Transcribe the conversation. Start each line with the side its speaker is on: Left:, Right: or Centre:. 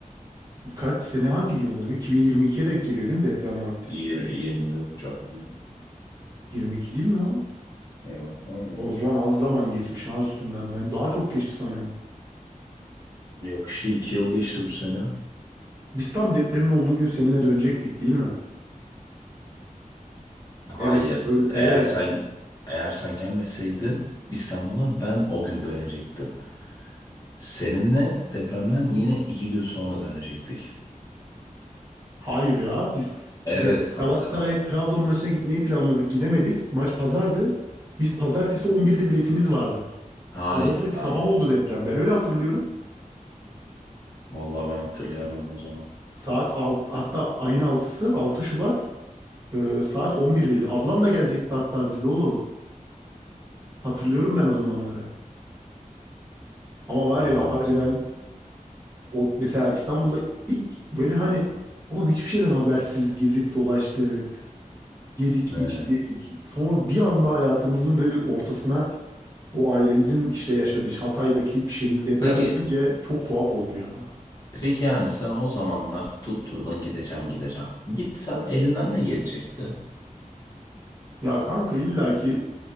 Right: Kaç sene hangi yıl oluyor? 2022'ye denk geliyor değil mi deprem vakti?
Left: 20, 23 canlı.
Right: 22 değil mi lan?
Left: Yok 23.
Right: O zaman az zaman geçmiş ha üstünden. Ben daha çok geçti sanıyordum.
Left: Yok işte iki yıl geçti bu sene.
Right: Biz tam depremin olduğu gün seninle dönecektik değil mi? Evet.
Left: Hayır.
Right: Öyle,
Left: Eğer
Right: evet.
Left: sen eğer sen gelmeseydin İstanbul'a ben o gün dönecektim. Seninle depremden yine iki gün sonra dönecektik.
Right: Hayır ya biz
Left: Evet
Right: de
Left: kanka.
Right: Galatasaray Trabzon maçına gitmeyi planladık. Gidemedik. Maç pazardı. Biz pazartesi 11'de biletimiz vardı.
Left: Hayır
Right: Pazartesi
Left: hayır.
Right: sabah oldu deprem. Ben öyle hatırlıyorum.
Left: Vallahi ben hatırlayamıyorum o zaman.
Right: Saat alt, hatta ayın altısı 6 Şubat e, saat 11'deydi. Ablam da gelecekti hatta bizde oğlum. Hatırlıyorum ben o zamanları. Ama var
Left: Vallahi
Right: ya harbiden
Left: ben hatırlıyorum.
Right: o mesela İstanbul'da ilk böyle hani oğlum hiçbir şeyden habersiz gezip dolaştık. Yedik,
Left: Evet.
Right: içtik. Sonra bir anda hayatımızın böyle ortasına O ailemizin işte yaşadığı işte Hatay'daki şehir deprem
Left: Peki
Right: gelince çok tuhaf oldu ya.
Left: peki yani sen o zamanlar tutturdun gideceğim gideceğim. Gitsen elinden ne gelecekti?
Right: Ya kanka illaki